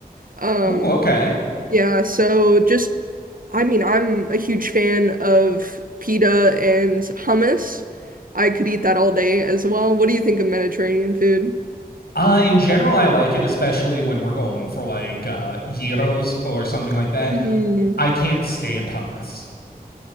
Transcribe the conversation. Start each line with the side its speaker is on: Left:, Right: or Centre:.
Right: Um,
Left: Ooh, okay.
Right: yeah, so just, I mean, I'm a huge fan of pita and hummus. I could eat that all day as well. What do you think of Mediterranean food?
Left: Uh, in general, I like it, especially when we're going for like uh, gyros or something like that.
Right: hmm
Left: I can't stand hummus.